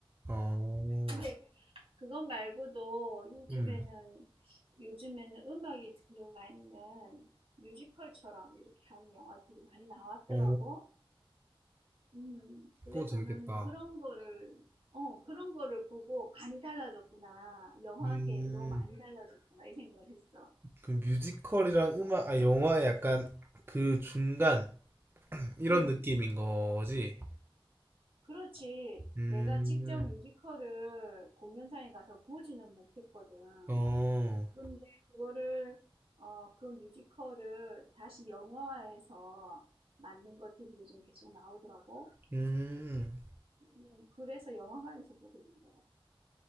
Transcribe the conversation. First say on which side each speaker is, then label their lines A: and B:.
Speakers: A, on the right; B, on the right.
A: 어.
B: 근데 그것 말고도 요즘에는,
A: 음.
B: 요즘에는 음악이 들어가 있는 뮤지컬처럼 이렇게 하는 영화들이 많이 나왔더라고.
A: 오.
B: 음. 그래서
A: 그거 재밌겠다.
B: 나는 그런 거를 어 그런 거를 보고 '많이 달라졌구나. 영화계도
A: 음.
B: 많이 달라졌구나.' 이 생각을 했어.
A: 그 뮤지컬이랑 음악, 아, 영화의 약간 그 중간 이런
B: 음.
A: 느낌인 거지.
B: 그렇지
A: 음,
B: 내가 직접 뮤지컬을 공연장에 가서 보지는 못했거든.
A: 어,
B: 근데 그거를 어 그 뮤지컬을 다시 영화화해서 만든 것들이 요즘 계속 나오더라고.
A: 음.
B: 음 그래서 영화관에서 보게 된 거야.